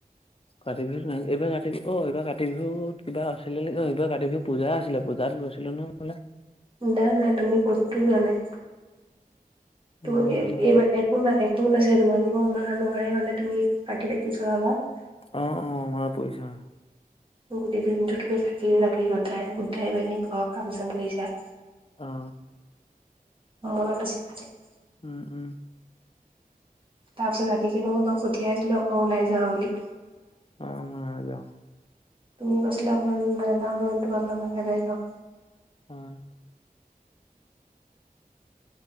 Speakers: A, on the left; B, on the right.
A: ঘৰত থাকিবি নে নাই তই এইবাৰ কাতি বিহু অ' এইবাৰ কাতি বিহুত কিবা আছিলে অ' এইবাৰ কাতি বিহুত পূজা আছিলে পূজাত গৈছিলো নহয় হেইফালে।
B: না না তুমি ক'ততো যোৱা নাই।
A: অ
B: ত
A: জানো
B: এইবাৰ একো না একো নাছিলে তোমালোকৰ মা নোৱাৰে মানে তুমি বাকী দিন কেইটা চলা অলপ।
A: অ' অ' মনত পৰিছে অ'।
B: গোটেই দিনটো তুমি চাকি বাকি গোটাই গোটাই মেলি ঘৰৰ কাম চাম কৰিছা।
A: অ'।
B: ম মলতে চে <unintelligible>
A: উম উম।
B: তাৰ পিছত ৰাতিকে মই মাক পঠিয়াই আছিলো অক ও নাই যাওঁ বুলি।
A: অ' মই আৰু যাওঁ।
B: তুমি কৈছিলা মই নাযাওঁ মনটো ভাল লগা নাই মই নাযাওঁ।
A: উম।